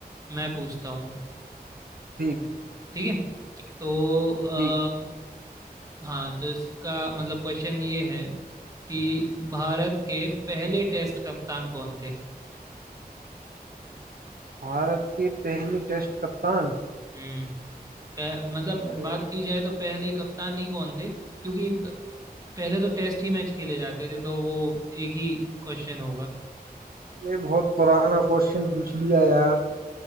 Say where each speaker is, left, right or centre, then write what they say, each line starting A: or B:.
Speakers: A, on the right; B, on the right.
A: मैं पूछता हूँ
B: ठीक है,
A: ठीक है तो आ,
B: ठीक है।
A: हाँ तो इसका मतलब क्वेश्चन ये है कि भारत के पहले टेस्ट कप्तान कौन थे
B: भारत के पहले टेस्ट कप्तान
A: हम्म पह- मतलब
B: अरे
A: बात की जाए तो पहले ही कप्तान ही कौन थे क्योंकि पहले तो टेस्ट ही मैच खेले जाते थे तो वो एक ही क्वेश्चन होगा
B: ये बहुत पुराना क्वेश्चन पूछ लिया यार